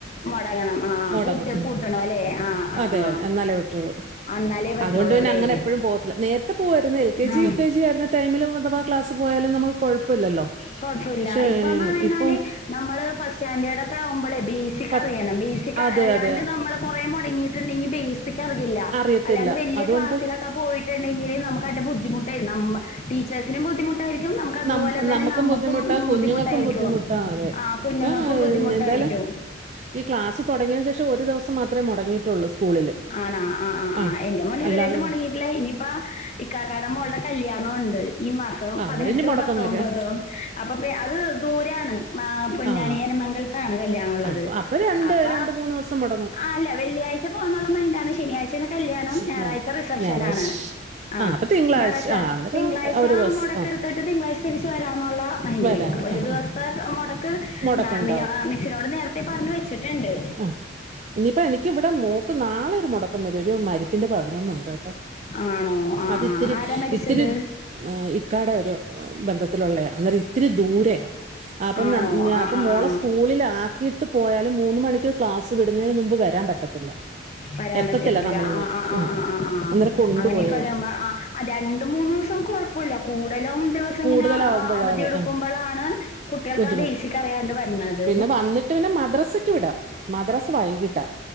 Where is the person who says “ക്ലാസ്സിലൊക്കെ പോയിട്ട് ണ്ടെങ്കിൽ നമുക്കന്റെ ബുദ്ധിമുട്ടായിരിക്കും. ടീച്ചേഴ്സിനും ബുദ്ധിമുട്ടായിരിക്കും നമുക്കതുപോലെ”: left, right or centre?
Left